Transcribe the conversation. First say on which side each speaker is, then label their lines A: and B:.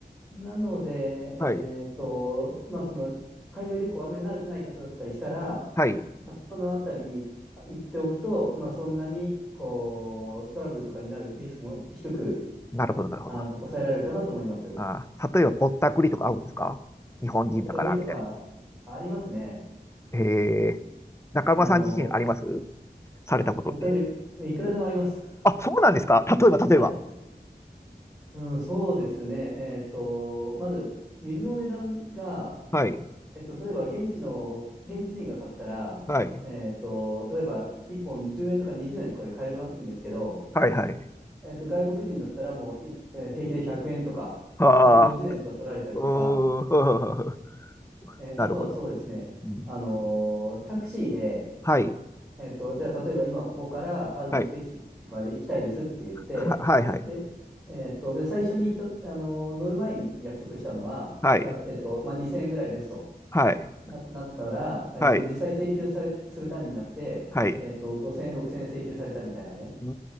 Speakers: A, in the centre; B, on the left.
A: なので、えっと、
B: はい、
A: まあ、その、海外旅行あんまり慣れてない方だったりしたら、
B: はい。
A: まあ、そのあたりに行っておくと、まあ、そんなに、こう、トラブルとかになるリスクも低く、
B: なるほど、なるほど。
A: あの、抑えられるかなと思います。
B: あー、例えばぼったくりとか合うんですか日本人だから、
A: ぼったくりとかありますね。
B: みたいな。えー、中村さん自身あります
A: あの、
B: されたことって。
A: ぼったくり、いくらでもあります。
B: あ、そうなんですか例えば、例えば。
A: はい。うん、そうですね。えっと、まず、水の値段が、
B: はい、
A: えっと、例えば現地の、現地人が買ったら、
B: はい、
A: えっと、例えば1本10円とか20円とかで買えるんですけど、
B: はい、はい。
A: えっと、外国人だったらもうい、えー平気で100円とか、
B: あ
A: 150円とか取られたりとか、
B: ー、うーん、<laughs>
A: えーあとはそうですね、
B: なるほど。うん、
A: あのータクシーで、
B: はい、
A: えっと、じゃあ、例えば今ここからある目的地まで行きたいですって言って、
B: はい、は、はい、はい。
A: で、えっと、で最初に行った、あの、乗る前に約束したのは、
B: はい、
A: じゃあ、えっと、まあ、2000円ぐらいですと
B: はい、
A: な、なったら、えっと、
B: はい、
A: 実際請求され、する段になって、
B: はい、
A: えっと、5000円、6000円請求されたみたいなね。
B: うー